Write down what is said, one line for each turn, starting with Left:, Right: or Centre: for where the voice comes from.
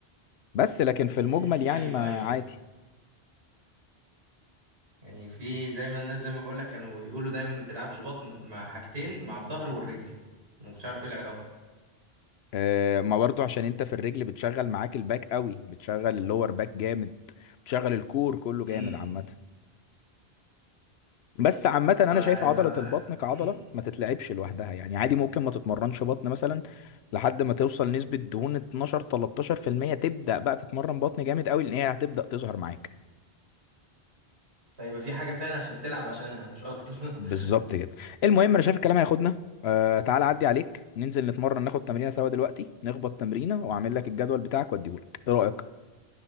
Left: بس لكن
Right: امم
Left: في المجمل يعني
Right: ايوه
Left: ما
Right: ايوه
Left: عادي
Right: يعني في دايما الناس زي ما بقول لك كانوا يقولوا دايما ما تلعبش بطن مع حاجتين مع الظهر والرجل وما كنتش عارف ايه العلاقه
Left: آه ما برضو عشان انت في الرجل بتشغل معاك الباك قوي بتشغل اللور باك جامد بتشغل الكور كله جامد
Right: امم
Left: عامه بس عامة
Right: فهيبقى
Left: أنا شايف عضلة البطن كعضلة
Right: امم
Left: ما تتلعبش لوحدها يعني عادي ممكن ما تتمرنش بطن مثلا لحد ما توصل نسبة دهون 12 13% تبدأ بقى تتمرن بطن جامد قوي لأن هي هتبدأ تظهر معاك
Right: فيبقى في حاجه فعلا عشان تلعب عشانها مش اكتر
Left: بالظبط
Right: <laughs>
Left: كده المهم انا شايف الكلام هياخدنا آه تعال عدي عليك ننزل نتمرن ناخد تمرينه سوا دلوقتي نخبط تمرينه واعمل لك الجدول بتاعك واديهولك ايه رايك